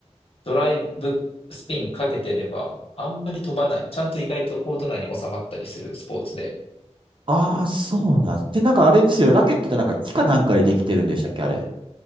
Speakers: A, on the left; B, on the right.
A: ドライブスピンかけてれば、あんまり飛ばない。ちゃんと意外とコート内に収まったりするスポーツで。
B: ああ、そうなんで、なんかあれですよ。ラケットってなんか木かなんかでできてるんでしたっけ、あれ。